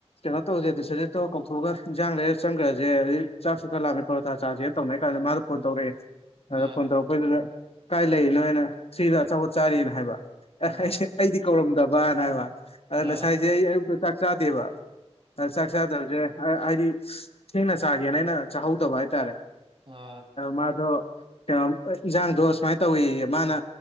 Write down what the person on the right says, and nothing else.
ꯑ
ꯑꯥ
ꯑꯥ
ꯑꯥ